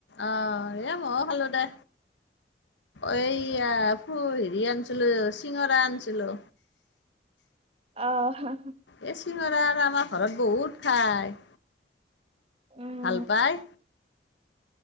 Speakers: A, on the left; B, on the right.
A: অহ এ মও খালো দে। এইয়া ফু হেৰি আনিছিলো চিঙৰা আনছিলো।
B: অহ হ হ
A: এই চিঙৰা আৰু আমাৰ ঘৰত বহুত খাই।
B: উম
A: ভাল পায়